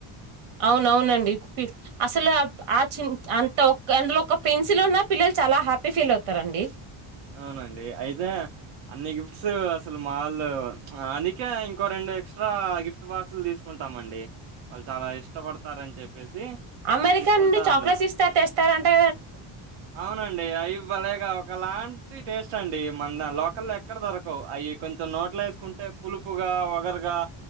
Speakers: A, on the right; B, on the right.
A: అవునవునండి పి అసలు ఆ చిన్ అంత ఒక్ అందులో ఒక పెన్సిల్ ఉన్న పిల్ల్ చాలా హ్యాపీ ఫీల్ అవుతారండి
B: అవునండి అయితే అన్ని గిఫ్ట్స్ అసల్ మాల్ అందుకే ఇంకో రెండు ఎక్స్ట్రా గిఫ్ట్ బాక్సులు తీసుకుంటాం అండి అ చాలా ఇష్టపడతారని చెప్పేసి
A: అమెరికా
B: తీసుకుంటా
A: నుండి చాక్లెస్
B: అందులో
A: ఇస్తా తెస్తారంటా
B: అవునండి అయి భలేగా ఒకలాంటి టేస్ట్ అండి మన లోకల్ ఎక్కడ దొరకవు అయి కొంచెం నోట్లో వేసుకుంటే పులుపుగా వగరుగా